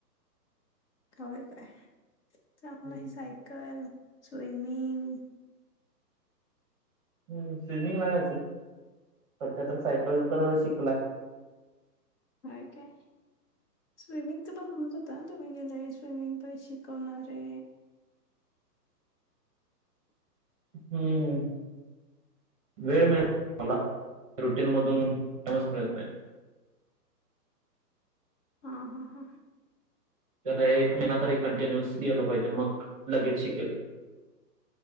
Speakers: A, on the left (about 45°); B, on the right (about 20°).
A: कवा येताय? चांगलं
B: हम्म
A: आय सायकल स्विमिंग
B: हम् स्विमिंग नाही अजून सध्या तर सायकल तर शिकलाय.
A: हाय काय? स्विमिंगच पण म्हणत होता ना तुम्ही गेल्या वेळी स्विमिंग पण शिकवणारे
B: हम् वेळ मि त नाही मला, रुटीन मधून टाईमच मिळत नाही.
A: हा हा हा
B: त्याला एक महिना तरी कंटिन्युस गेल पाहिजे मग लगेच शिकेल.